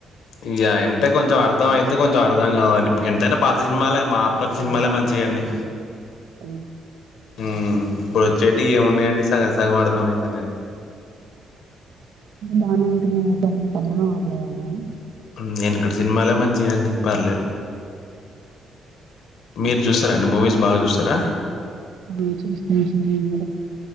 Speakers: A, on the left; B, on the right.
A: ఇగ అంటే కొంచెం అర్థం అయితే కొంచెం అర్థం కాదండి. ఎంతైనా పాత్ సినిమాలే మా అప్పటి సినిమాలే మంచి ది అండి
B: అ
A: హుమ్ ఇప్పుడు వచ్చేటి ఏమున్నాయండి సగం సగం అర్థం అయితా నేను
B: బానే ఉంటున్నాయి కదా సార్ మీకు అర్థం అవ్వట్లేదా అని
A: ఉమ్ ఎనకటి సినిమాలే మంచిగా అండి పర్లేదు మీరు చూస్తారా అండి మూవీస్ బాగ్ చూస్తారా.
B: ఆ చూస్తాను సార్ మేము గూడ